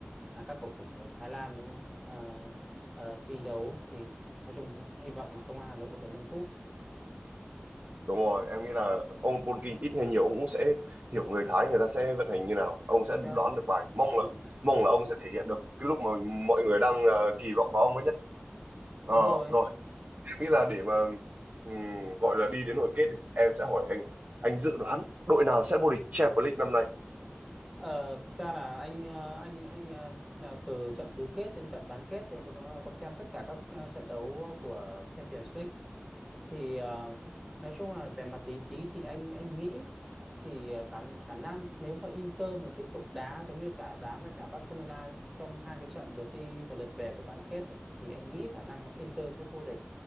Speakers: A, in the centre; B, on the right.
A: là các cầu thủ Thái Lan đúng không? Ờ, ờ, thi đấu thì nói chung hy vọng là Công an Hà Nội có thể nâng cúp.
B: Đúng rồi, em nghĩ là ông Polking ít hay nhiều ông cũng sẽ hiểu người Thái người ta sẽ vận hành như nào, ông
A: Chính
B: sẽ
A: xác.
B: đoán được bài. Mong là
A: Ừ,
B: mong là ông sẽ thể hiện được cái lúc mà mọi người đang ờ, kỳ vọng vào ông ấy nhất. Ờ
A: đúng rồi.
B: rồi, em nghĩ là để mà ừm, gọi là đi đến hồi kết đi, em sẽ hỏi anh, anh dự đoán đội nào sẽ vô địch Champions League năm nay?
A: Ờ, thực ra là anh ờ, anh anh ờ, là từ trận tứ kết đến trận bán kết thì anh có, có xem tất cả các ờ, trận đấu của Champions League thì ờ, nói chung là về mặt lý trí thì anh anh nghĩ thì ờ, khả khả năng nếu mà Inter mà tiếp tục đá giống như cả đá với cả Barcelona trong hai cái trận lượt đi và lượt về của bán kết ấy, thì anh nghĩ khả năng Inter sẽ vô địch